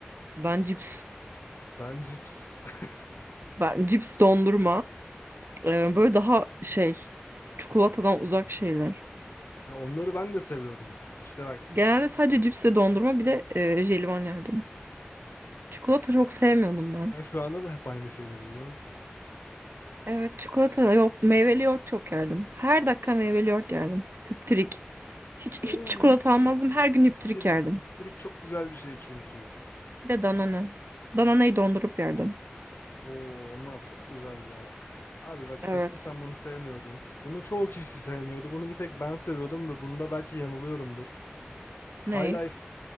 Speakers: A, on the right; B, on the left.
A: Ben cips.
B: Ben cips. <laughs>
A: Ben cips dondurma. Ee, böyle daha şey çikolatadan uzak şeyler.
B: Ya onları ben de seviyordum. İşte bak
A: Genelde sadece cips ve dondurma bir de e, jelibon yerdim. Çikolata çok sevmiyordum ben.
B: ben şu anda da hep aynı şeyleri yiyorum ki.
A: Evet çikolata yok meyveli yoğurt çok yerdim. Her dakika meyveli yoğurt yerdim. Hüptürik. Hiç
B: Oo
A: hiç çikolata
B: hüpterik.
A: almazdım. Her gün hüptürik
B: Hüpterik.
A: yerdim.
B: Hüpterik çok güzel bir şey çünkü.
A: Bir de Danone. Danone'yi dondurup yerdim.
B: Oo, onlar çok güzeldi ya. Abi bak
A: Evet.
B: kesin sen bunu sevmiyordun. Bunu çoğu kişi sevmiyordu. Bunu bir tek ben seviyordum ve bunda belki yanılıyorumdur.
A: Ney?
B: High Life